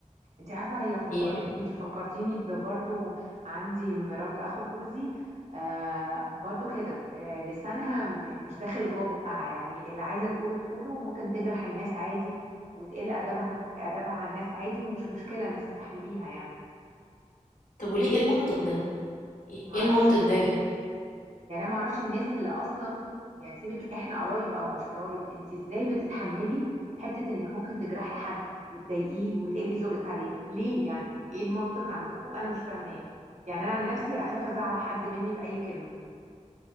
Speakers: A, on the right; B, on the left.
A: انت عارفة هي فكرتني
B: يعني
A: انت فكرتيني ب- برضو عندي مرات اخو جوزي آه برضو كده آه لسانها م- مش داخل جوه بقها يعني اللي عايزة تقوله تقوله وممكن تجرح الناس عادي وتقل ادبها ادبها على الناس عادي ومش مشكلة انت استحمليها يعني
B: طب وليه ايه المنطق ده ايه
A: معرفش
B: المنطق ده يا جماعه
A: يعني انا ما اعرفش الناس اللي اصلا يعني سيبك احنا قرايب او مش قرايب انت ازاي بتتحملي حتة انك ممكن تجرحي حد وتضايقيه وتقلي ذوقك عليه ليه يعني ايه المنطق عندكم انا مش فاهماه يعني انا عن نفسي اخاف ازعل حد مني باي كلمة